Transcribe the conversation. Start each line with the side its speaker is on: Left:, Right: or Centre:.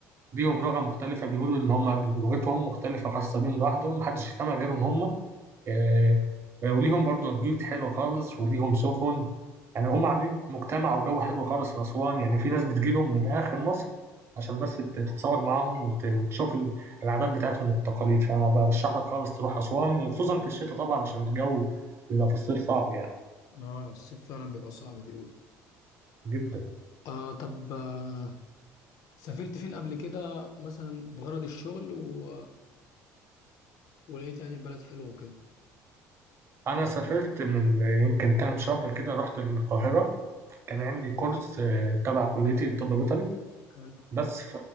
Right: ليهم لغة مختلفة بيقولوا إن هما لغتهم مختلفة خاصة بيهم لوحدهم محدش يفهمها غيرهم هما آه، وليهم برضو بيوت حلوة خالص وليهم سفن يعني هم عاملين مجتمع وجو حلو خالص في أسوان يعني في ناس بتجيلهم من آخر مصر عشان بس تت- تتصور معاهم وت- وتشوف ال- العادات بتاعتهم والتقاليد فأنا برشح لك خالص تروح أسوان وخصوصا في الشتاء طبعا عشان الجو بيبقى في الصيف صعب يعني
Left: اه الصيف فعلا بيبقى صعب بيقول
Right: جدا
Left: آه طب آه سافرت فين قبل كده مثلا بغرض الشغل و... ولقيت يعني البلد حلوة وكده
Right: أنا سافرت من يمكن كام شهر كده رحت القاهرة كان عندي كورس آه، تبع كليتي الطب البيطري
Left: حلو
Right: بس